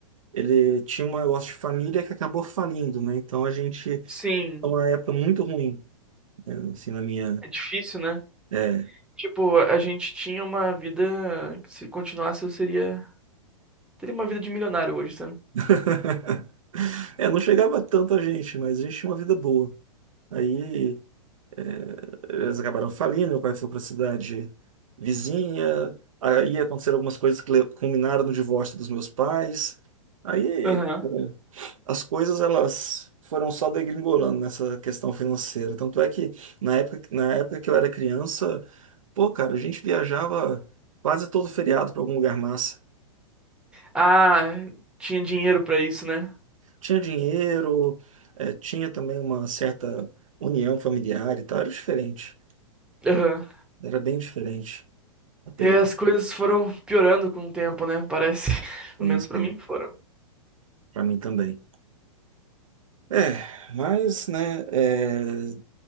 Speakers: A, on the right (about 70°); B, in the centre.
A: ele tinha um negócio de família que acabou falindo, né? Então a gente,
B: sim,
A: é uma época muito ruim, né? Assim, na minha.
B: é difícil, né?
A: É.
B: Tipo, a gente tinha uma vida que se continuasse eu seria, teria uma vida de milionário hoje, sabe?
A: <laughs> É, não chegava tanto a gente, mas a gente tinha uma vida boa. Aí é, eles acabaram falindo, meu pai foi para a cidade vizinha, aí aconteceram algumas coisas que le- culminaram no divórcio dos meus pais. Aí.
B: Aham.
A: é, as coisas elas foram só degringolando nessa questão financeira. Tanto é que na época, na época que eu era criança, pô, cara, a gente viajava quase todo feriado para algum lugar massa.
B: Ah, tinha dinheiro pra isso, né?
A: Tinha dinheiro, eh, tinha também uma certa união familiar e tal. Era diferente.
B: Aham.
A: Era bem diferente a pegada,
B: E as coisas foram piorando com o tempo, né? Parece. <laughs> Pelo
A: assim,
B: menos pra mim foram.
A: para mim também. É, mas, né, eh,